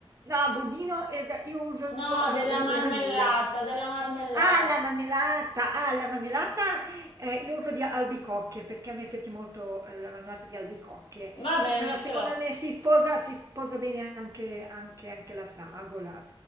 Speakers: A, on the right; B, on the left.
A: No, budino, eh, beh, io uso,
B: No,
A: uhm,
B: della
A: l
B: marmellata,
A: la vaniglia.
B: della marmellata.
A: Ah, la marmellata! Ah, la marmellata, ehm, io uso di albicocche, perché a me piace molto, ehm, la marmellata di albicocche,
B: Va bene,
A: però secondo
B: ce l'ho.
A: me si sposa si sposa bene anche anche anche la fragola,